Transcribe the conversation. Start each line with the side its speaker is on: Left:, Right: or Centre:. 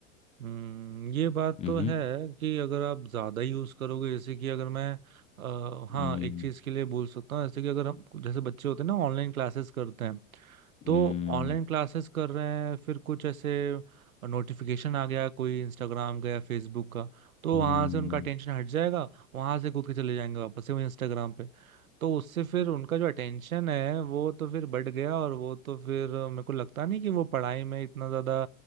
Right: हम्म ये बात
Left: मम्हम्म।
Right: तो है कि अगर आप ज्यादा यूज करोगे जैसे कि अगर मैं आ, हाँ
Left: 음,
Right: एक चीज के लिए बोल सकता हूँ जैसे कि अगर हम जैसे बच्चे होते हैं ना ऑनलाइन क्लासेस करते हैं तो
Left: 음,
Right: ऑनलाइन क्लासेस कर रहे हैं फिर कुछ ऐसे नोटिफिकेशन आ गया कोई इंस्टाग्राम का या फेसबुक का तो
Left: 음,
Right: वहां से उनका अटेंशन हट जाएगा वहां से कूद के चले जाएंगे वापस से वो इंस्टाग्राम पे तो उससे फिर उनका जो अटेंशन है वो तो फिर बढ़ गया और वो तो फिर मेरे को लगता नहीं कि वो पढ़ाई में इतना ज्यादा